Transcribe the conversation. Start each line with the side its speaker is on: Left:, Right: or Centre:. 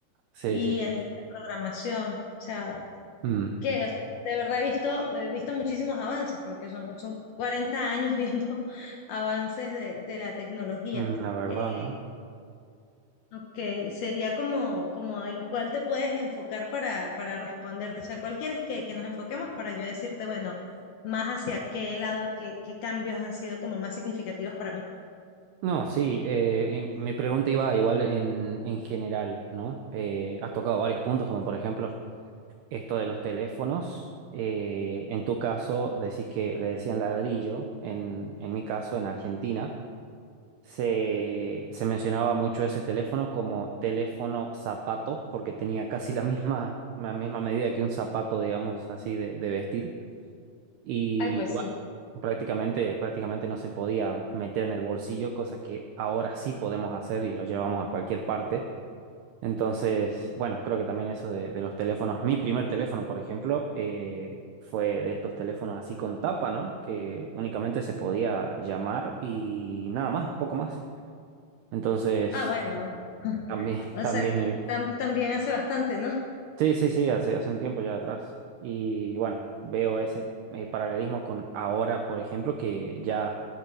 Right: sí,
Left: Y
Right: sí, sí.
Left: a nivel de programación, o sea,
Right: Mm,
Left: que, o sea, de verdad he visto, he visto muchísimos avances, porque son, son 40 años viendo <laughs> avances de, de la tecnología.
Right: mm, la verdad,
Left: Eh,
Right: ¿no?
Left: Ok, sería como, como en cuál te puedes enfocar para, para responderte. O sea, ¿cuál quieres que, que nos enfoquemos para yo decirte, bueno, más hacia qué lado, qué, qué cambios han sido como más significativos para mí?
Right: No, sí, eh, y mi pregunta iba igual en, en general, ¿no? Eh, has tocado varios puntos, como por ejemplo esto de los teléfonos. eh, en tu caso, decís que le decían ladrillo, en, en mi caso, en Argentina, se, se mencionaba mucho ese teléfono como teléfono zapato, porque tenía casi la misma, la misma medida que un zapato, digamos así, de, de vestir. Y
Left: Ay, pues
Right: bueno,
Left: sí.
Right: prácticamente, prácticamente no se podía meter en el bolsillo, cosa que ahora sí podemos hacer y lo llevamos a cualquier parte. Entonces, bueno, creo que también eso de, de los teléfonos, mi primer teléfono, por ejemplo, eh, fue de estos teléfonos así con tapa, ¿no? Que únicamente se podía llamar y nada más, poco más. Entonces,
Left: Ah, bueno. <laughs>
Right: también, <laughs>
Left: O
Right: también
Left: sea,
Right: eh,
Left: tam- también hace bastante, ¿no?
Right: Sí, sí, sí, hace, hace un tiempo ya atrás. Y bueno, veo ese eh, paralelismo con ahora, por ejemplo, que ya